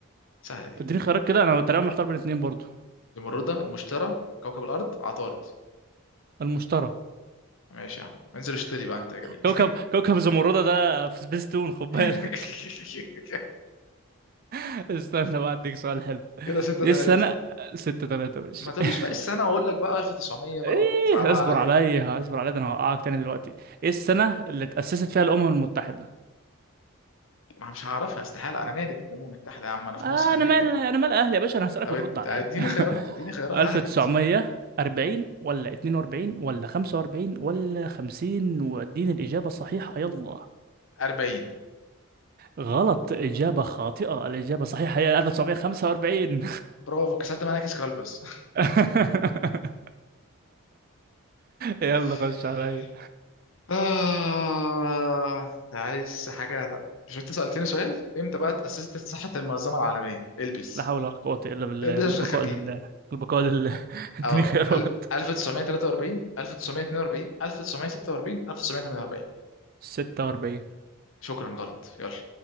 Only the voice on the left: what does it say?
سهله دي
المشتري المشتري كوكب الارض عطارد
ماشي يا عم انزل اشتري بقى انت يا جميل
<laughs>
كده ستة
تلاتة
ما تقولوش
بقى السنة وأقول لك بقى 1900 بقى
وتصعبها
عليا
ما مش هعرفها استحالة أنا مالي بالأمم المتحدة يا عم أنا في
مصر
مالي
طب
اد-
اديني
خيارات اديني خيارات
ههبط
40
برافو كسرت معانا كيس كلبس
<laughs>
آه عايز حاجة طب مش انت سألتني سؤال امتى بقى اتأسست صحة المنظمة العالمية البس
البس
عشان خارجين
اه
ال- 1943 1942 1946 1948
شكرا غلط يلا